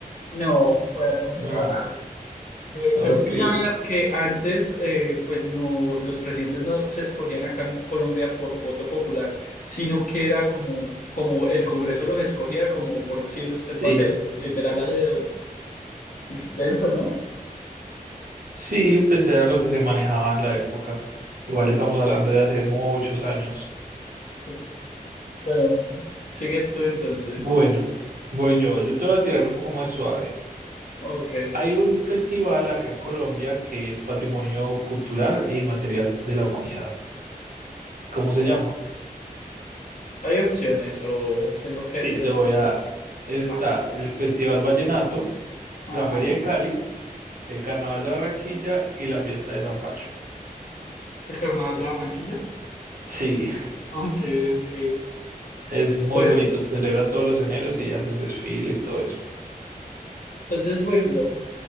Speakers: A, on the left (about 65°); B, on the right (about 70°).
A: No, fue Alfonso
B: Ah,
A: López. De hecho,
B: ok.
A: tú sabías que antes, eh, pues no, los presidentes no se escogían acá en Colombia por voto popular, sino que era como, como el Congreso los escogía, como por decir, usted
B: Sí.
A: va a ser literal a dedo denso, ¿no?
B: Sí, pues era lo que se manejaba en la época. Igual estamos hablando de hace muchos años.
A: Sí. Bueno, sigues tú entonces.
B: Bueno, voy yo. Yo te voy a tirar un poco más suave.
A: Ok.
B: Hay un festival acá en Colombia que es Patrimonio Cultural e Inmaterial de la Humanidad. ¿Cómo se llama?
A: ¿Hay opciones o tengo que
B: Sí,
A: decir
B: te
A: el
B: voy
A: nombre?
B: a dar. Está
A: Vale.
B: el Festival Vallenato,
A: Ajá.
B: la Feria de Cali, el Carnaval de Barranquilla y la Fiesta de San Pacho.
A: ¿El Carnaval de Barranquilla?
B: Sí, <laughs>
A: Ok, ok.
B: es muy
A: Bueno,
B: bonito. Se celebra todos los eneros y hacen desfile y todo eso.
A: entonces voy yo.